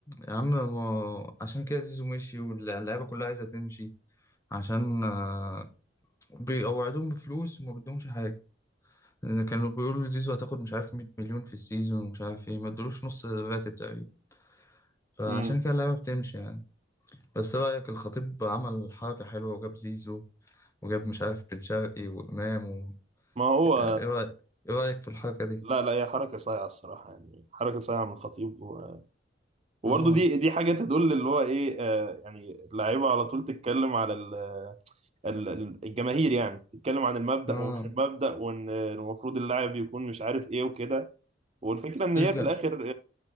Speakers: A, on the left (about 15°); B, on the right (about 35°).
A: يا عم ما عشان كده زيزو مشي واللعيبة كلها عايزة تمشي عشان آه، بيقوعدوهم بفلوس وما بدهمش حاجة كانوا بيقولوا زيزو هتاخد مش عارف 100 مليون في السيزون ومش عارف ايه ما ادولوش نص راتب تقريبا فعشان
B: امم
A: كده اللعيبه بتمشي يعني بس ايه رأيك الخطيب عمل حركه حلوه وجاب زيزو وجاب مش عارف بن شرقي وامام و...
B: ما هو
A: ايه رأيك ايه رأيك في الحركه دي
B: لا لا هي حركة صايعة الصراحة يعني حركة صايعة من الخطيب و... وبرضه
A: اه
B: دي دي حاجة تدل اللي هو إيه آه يعني اللعيبة على طول تتكلم على ال... ال- ال- الجماهير يعني تتكلم عن المبدأ
A: اه
B: ومش المبدأ وإن المفروض اللاعب يكون مش عارف إيه وكده والفكرة إن
A: الج...
B: هي في الآخر